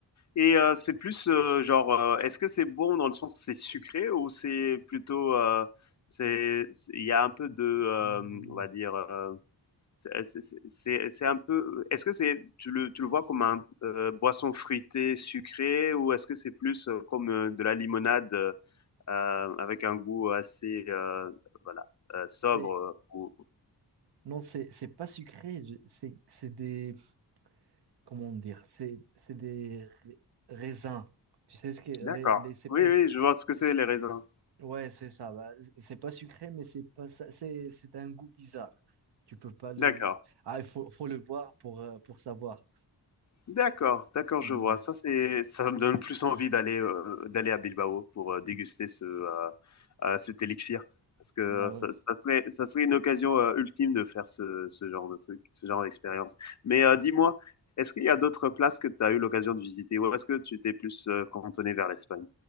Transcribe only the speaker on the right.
Mm,
C'est
non, c'est c'est pas sucré. je- C'est c'est des comment dire, c'est c'est des ra- raisins. Tu sais ce que
les, les c'est
pas
ouais, c'est ça. bah, c'est pas sucré mais c'est pas ça- c'est c'est un goût bizarre. Tu peux pas le
Ah, il faut faut le boire pour euh, pour savoir.
Mm,
Ouais.
Ah ouais.